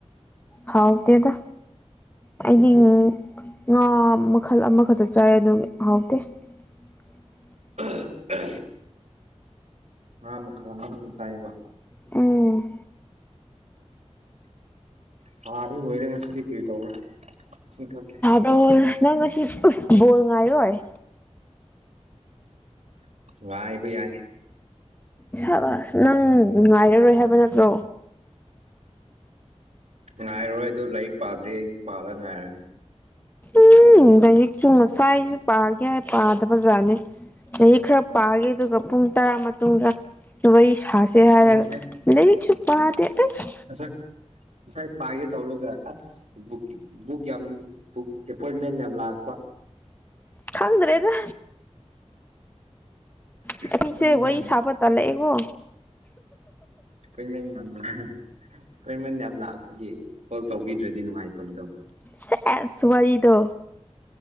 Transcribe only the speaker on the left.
ꯍꯥꯎꯇꯦꯗ ꯑꯩꯗꯤ ꯉꯥ ꯃꯈꯜ ꯑꯃꯈꯛꯇ ꯆꯥꯏ ꯑꯗꯨꯒꯤ ꯍꯥꯎꯇꯦ <unintelligible>
ꯎꯝ
ꯑꯣ ꯅꯪ ꯉꯁꯤ ꯕꯣꯜ ꯉꯥꯏꯔꯣꯏ
ꯁꯥꯕꯁ ꯅꯪ ꯉꯥꯏꯔꯔꯣꯏ ꯍꯥꯏꯕ ꯅꯠꯇ꯭ꯔꯣ
ꯎꯝ ꯂꯥꯏꯔꯤꯛꯁꯨ ꯉꯁꯥꯏ ꯄꯥꯒꯦ ꯍꯥꯏꯔ ꯄꯥꯗꯕ ꯖꯥꯠꯅꯤ ꯂꯥꯏꯔꯤꯛ ꯈꯔ ꯄꯥꯒꯦ ꯑꯥꯥꯗꯨꯒꯥ ꯄꯨꯡ ꯇꯔꯥ ꯃꯇꯨꯡꯗ ꯋꯥꯔꯤ ꯁꯥꯁꯦ ꯍꯥꯏꯔꯒ
ꯂꯥꯏꯔꯤꯛꯁꯨ ꯄꯥꯗꯦ ꯑꯁ
ꯈꯪꯗ꯭ꯔꯦꯗ ꯑꯩꯈꯣꯅꯤꯁꯦ
ꯋꯥꯔꯤ
ꯁꯕ ꯇꯜꯂꯛꯑꯦ ꯒꯣ
ꯁꯦꯁ ꯋꯥꯔꯤꯗꯣ